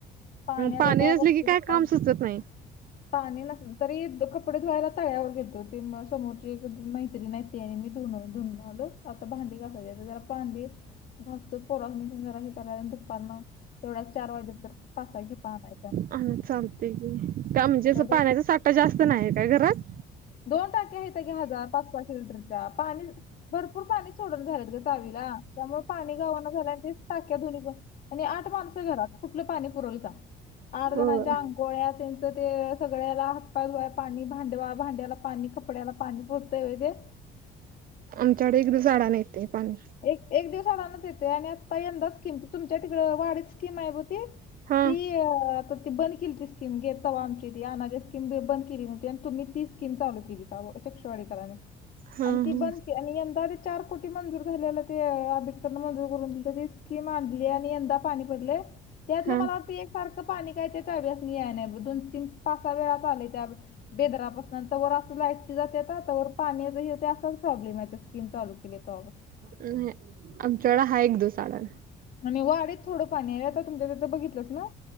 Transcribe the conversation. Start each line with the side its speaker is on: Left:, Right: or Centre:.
Left: पाण्याचा
Right: पाणी
Left: तर
Right: नसले
Left: बघतो
Right: की काय काम सुचत नाही
Left: पाणी नस तरी कपडे धुवायला तळ्यावर घेतो ते समोरची मैत्री नाही त्याने मी धुन धुनून आलो आता भांडी कसायची जरा भांडी घस्त पोरस निघून जरा हे करायला दुपारन तेवढाच चार वाजे तर पासा घे पाहणार
Right: हा चालतेय की का म्हणजे
Left: आता
Right: असं पाण्याचा साठा जास्त नाही का घरात
Left: दोन टाके आहेत का हजार पाच पाच लिटरच्या पाणी भरपूर पाणी सोडून झालेत ग चावीला त्यामुळे पाणी गावाना झाल्या तेच टाक्या धुनी पण आणि आठ माणसं घरात कुठलं पाणी पुरल सांग आठ
Right: होय
Left: जणच्या आंघोळ्या त्यांच ते सगळ्याला हातपा घ पाणी भांडवा भांडे्यााला पाणी कपडे्याला पाणी पुरतय होय ते
Right: आमच्याकडे एकदा झाडा नाहीेत पाणी
Left: एक दिवसाअडच येते आणि आता यंदा स्कीम तुमच्या तिकड वाढत स्कीम आहे
Right: हा
Left: ती आता ती बंद केली ती स्कीम घेत आमची ती अ स्कीिम बंद केली तुम्ही ती स्कीम चालू केली चक्षवाडी कने
Right: हा
Left: आणि ती
Right: हा
Left: बंद के आणि यंदा चार कोटी मंजूर झालेला ते आंबेडकर मंजूर करून दि ते मांडली आणि यंदा पाणी पडलंय त्यातलं
Right: हा
Left: मला वाटत सारखं पाणी काय ते त्यावेळेस याय नाही दोन तीन पाच वेळा आलय त्या बेदरापासून अस लाईट जाते पाण्याचा होते असाच प्रॉब्लेम आहे ते स्ककीम चालू केली तेव्हापासून
Right: नाही आमच्याकडे आहे एक दिवसाआड
Left: मी वाडेत थोडं पाणी आहे आता तुमच्या तथं बघितलंस ना